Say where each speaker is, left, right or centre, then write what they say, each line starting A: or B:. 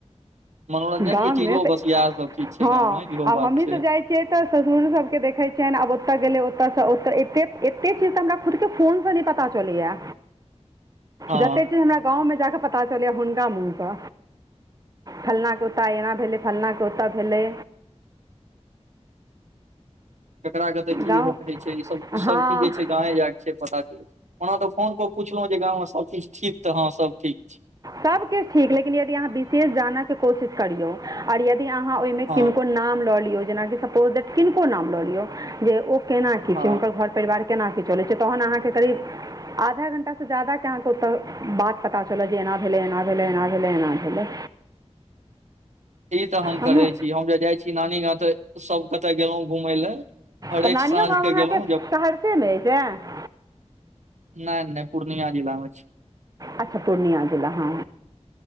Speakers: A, on the right (about 90°); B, on the right (about 30°).
A: मनोरंजन
B: गाम
A: के चीजो
B: मे त
A: बस इएह सब चीज छै
B: हँ
A: गाँव मे इहो
B: आब
A: बात
B: हमी
A: छै
B: सब जाइ छी छियै त ससुर सबके देखै छियैन आब ओतऽ गेलै ओतऽस एतऽ ए एतेक चीज त हमरा खुदके फोनसँ नै पता चलैये।
A: हँ
B: जते चीज हमरा गाँंवमे जाकऽ पता चलैया हुंडा मुहके फल्लां ओता एना भेलै फल्लाँ के ओता भेलै।
A: केकरा कते की
B: गाँव
A: होइत रहै छैय इ सब सब
B: हँ
A: कीछ जे छै गांवे जाके छैय पता की ओना त फोन पर पुछलौं जे गाममे सबकिछ ठीक त हँ सब ठीक छी।
B: सबकिछ ठीक लेकिन यदि अहाँ बिशेष जाना के कोशिश करियौ और यदि अहाँ ओयमे
A: हँ
B: किनको नाम लऽ लियो जेनाकि सपोज <unintelligible> किनको नाम लऽ लियौ जे ओ केना की छैय
A: हँ
B: हुनकर घर परिवारके केना की चलै छैय तहन अहाँके करीब आधा घण्टा से ज्यादाके अहाँके ओतऽ बात पता चलत जे एना भेलैय एना भेलैय, एना भेलैय, एना भेलैय।
A: इ त हम
B: हमहूँ
A: करै छी हम जे जाइ छी नानी गां त सब कतऽ गेलौं घूमय लए हरेक
B: त नानियो
A: साँझ
B: गाम
A: के
B: अहाँके
A: गेलहुँ जब
B: सहरसेमे अय ने।
A: नय- नय पूर्णिया जिलामे छैय।
B: अच्छा पूर्णिया जिला हँ।